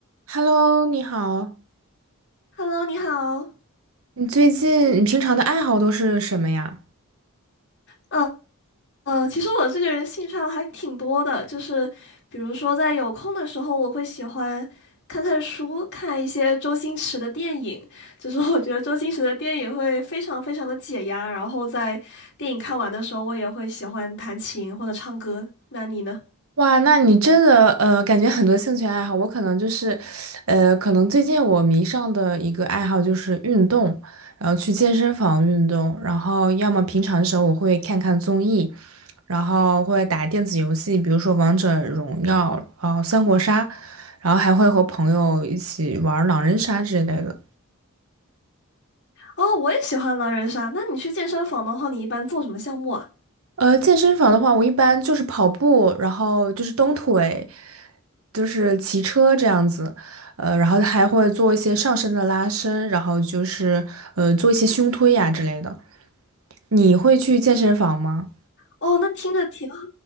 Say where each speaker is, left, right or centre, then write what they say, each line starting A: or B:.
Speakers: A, on the right; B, on the left.
A: Hello，你好。
B: Hello，你好。
A: 你最近你平常的爱好都是什么呀？
B: 嗯嗯，其实我这个人兴趣爱好还挺多的，就是比如说在有空的时候，我会喜欢看看书，看一些周星驰的电影。就是我觉得周星驰的电影会非常非常的解压，然后在电影看完的时候，我也会喜欢弹琴或者唱歌。那你呢？
A: 哇，那你真的呃，感觉很多兴趣爱好。我可能就是，呃，可能最近我迷上的一个爱好就是运动，然后去健身房运动，然后要么平常的时候我会看看综艺，然后会打电子游戏，比如说王者荣耀，呃，三国杀，然后还会和朋友一起玩狼人杀之类的。
B: 哦，我也喜欢狼人杀。那你去健身房的话，你一般做什么项目啊？
A: 呃，健身房的话，我一般就是跑步，然后就是蹬腿，就是骑车这样子，呃，然后还会做一些上身的拉伸，然后就是呃做一些胸推呀、之类的。你会去健身房吗？
B: 哦，那听着挺